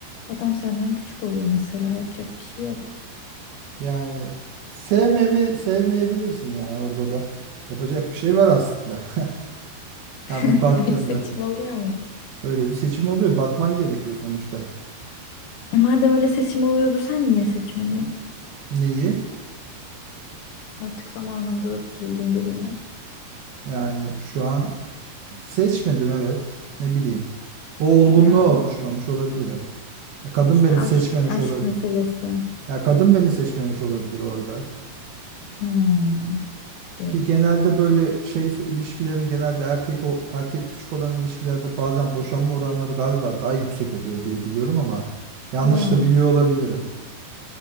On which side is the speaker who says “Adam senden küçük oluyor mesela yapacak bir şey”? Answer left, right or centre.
Left